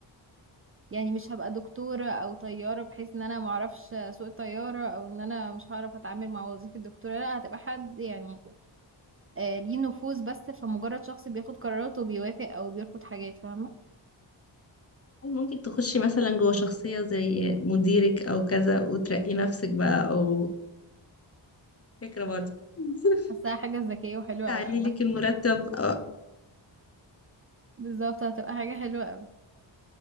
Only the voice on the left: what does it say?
هل ممكن تخشي مثلا جوه شخصية زي مديرك او كذا وترقي نفسك بقى او فكرة برضه <laughs>
تعلي
لك المرتب أو